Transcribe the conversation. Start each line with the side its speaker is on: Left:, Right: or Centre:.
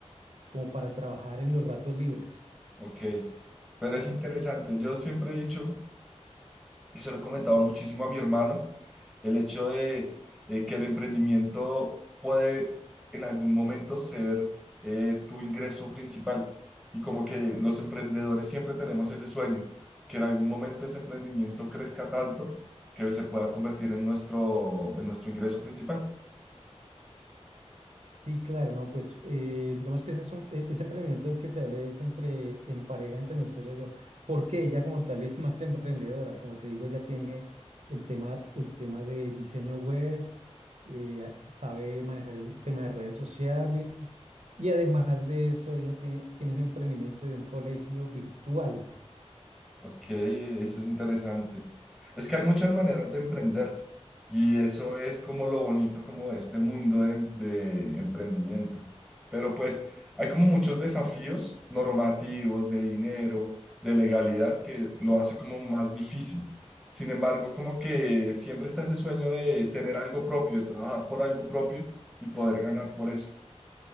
Right: como para trabajar en los ratos libres.
Centre: Ok, pero es interesante. Yo siempre he dicho, y se lo he comentado muchísimo a mi hermano, el hecho de eh, que el emprendimiento puede en algún momento ser eh, tu ingreso principal. Y como que los emprendedores siempre tenemos ese sueño, que en algún momento ese emprendimiento crezca tanto que se pueda convertir en nuestro, en nuestro ingreso principal.
Right: Sí, claro, no, pues eh, digamos que ese es un, e- ese emprendimiento del que te hablé es entre, en pareja entre mi esposa y yo, porque ella como tal es más emprendedora, como te digo, ella tiene el tema, el tema de diseño web, eh, sabe manejar el tema de redes sociales y además de eso ella tiene, tiene un emprendimiento de un colegio virtual.
Centre: Ok, eso es interesante. Es que hay muchas maneras de emprender y eso es como lo bonito como de este mundo de, de emprendimiento. Pero pues hay como muchos desafíos normativos, de dinero, de legalidad que lo hace como más difícil. Sin embargo, como que siempre está ese sueño de tener algo propio, de trabajar por algo propio y poder ganar por eso.